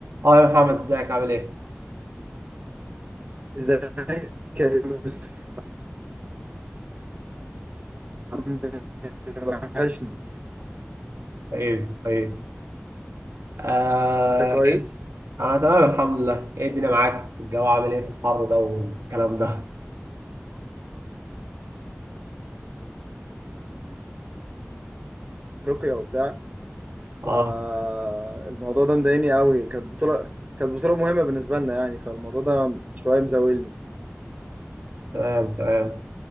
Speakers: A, on the right (about 80°); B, on the right (about 30°).
A: اه يا محمد ازيك عامل ايه؟
B: ازيك يا يوسف عامل إيه؟ وحشني
A: طيب طيب آه
B: انت كويس
A: إيه؟ انا تمام الحمد لله ايه الدنيا معاك الجو عامل ايه في الحر ده والكلام ده
B: افريقيا وبتاع
A: اه
B: فالموضوع ده مضايقني قوي كانت بطولة كانت بطولة مهمة بالنسبة لنا يعني فالموضوع ده شوية مزاولني
A: تمام تمام